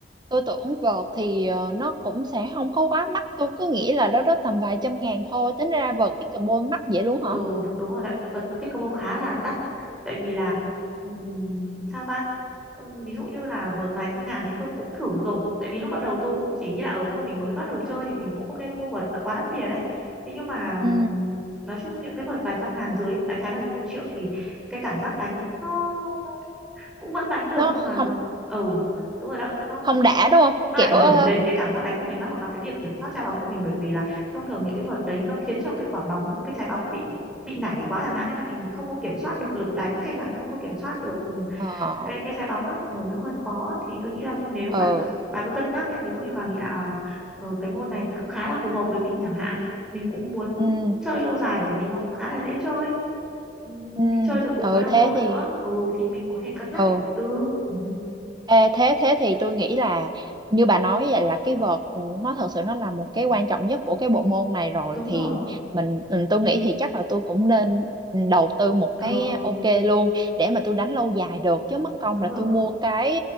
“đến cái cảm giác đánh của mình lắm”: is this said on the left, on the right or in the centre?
Centre